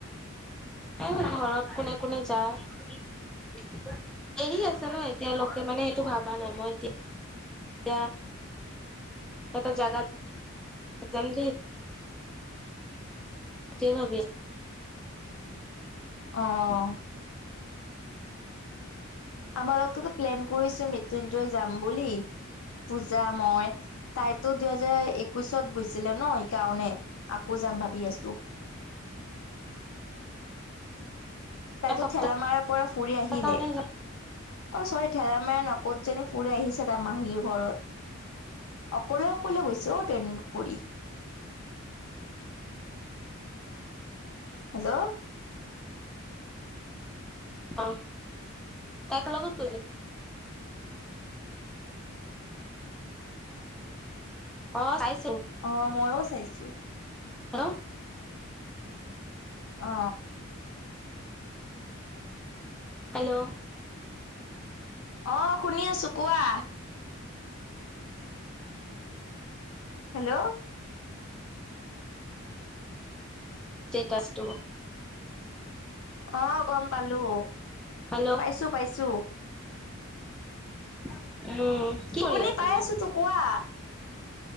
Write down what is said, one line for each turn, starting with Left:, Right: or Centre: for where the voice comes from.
Centre: এ ঘৰত কোনে কোনে যায়। এৰি আছে ন এতিয়ালোকে মানে সেইটো ভাবা নাই মই এতিয়া এয়া এটা জাগাত যামদেই তাতে ভাবি আছো
Left: অহ। আমাৰ লগততো প্লেন কৰিছে মৃত্যুঞ্জয় যাম বুলি। পূজা মই তাইতো দুইহেজাৰ একৈশত গৈছিলে ন সেইকাৰণে আকৌ যাম ভাবি আছো।
Centre: <unintelligible>
Left: তাইতো
Centre: এসপ্তাহৰ
Left: ঠেলামাৰাৰ পৰা ফুৰি আহিলে।
Centre: কাৰণে যাম
Left: অহ চৰি ঠেলামৰা ন। ক'তজনী ফুৰি আহিছে তাৰ মাহীৰ ঘৰত। অকলে অকলে গৈছোঁ ট্ৰেন কৰি।
Centre: <unintelligible>
Left: হেল্ল'।
Centre: অহ কাক <unintelligible> লগত <unintelligible>
Left: অহ মইও চাইছো।
Centre: হেল্ল'।
Left: অ
Centre: হেল্ল'।
Left: অহ শুনি আছো কোৱা। হেল্ল'।
Centre: ষ্টেটাছটো।
Left: অ গম পালোঁ।
Centre: হেল্ল'
Left: পাইছোঁ পাইছোঁ।
Centre: উম। কি কৰি
Left: শুনি
Centre: আছা
Left: পাই
Centre: তুমি
Left: আছোঁ টো কোৱা।